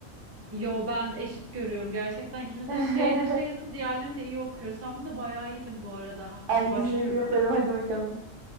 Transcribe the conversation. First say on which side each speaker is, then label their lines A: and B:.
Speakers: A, on the right; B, on the right.
A: Yo ben eşit görüyorum gerçekten. ikimiz
B: <laughs>
A: de şeyde şeyiz diğerlerini iyi okuyor. Sen bunda bayağı iyiydin bu arada. Hadi
B: Ay
A: başlıyorum.
B: teşekkür ederim hadi bakalım.